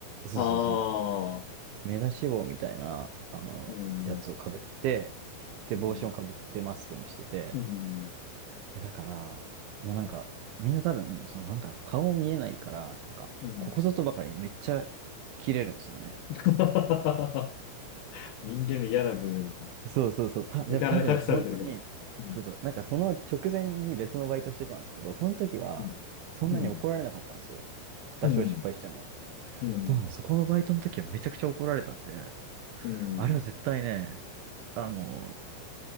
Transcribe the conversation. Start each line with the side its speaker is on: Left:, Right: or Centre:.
Right: そうそうそう、
Left: ああ。
Right: 目出し帽みたいな、あのやつをかぶって、
Left: うん。
Right: で、
Left: うん。
Right: 帽子もかぶって、マスクもしてて、
Left: うん。
Right: え、だから、もうなんか、みんな多分、その、なんだろう、顔見えないから、なんか、
Left: うん。
Right: ここぞとばかりにめっちゃ切れるんですよね。
Left: <laughs> 人間の嫌な部分が、
Right: そうそうそう、た、じゃあ多分本当に、
Left: 体隠されてるから。う
Right: そうそう、なんかその直前に別のバイトしてたんですけど、その時はそんなに怒られなかったんですよ。
Left: んうん。
Right: 多少失敗しても。
Left: うん。うん。
Right: でもね、そこのバイトの時はめちゃくちゃ怒られたんで、
Left: うん。
Right: あれは絶対ね、あの、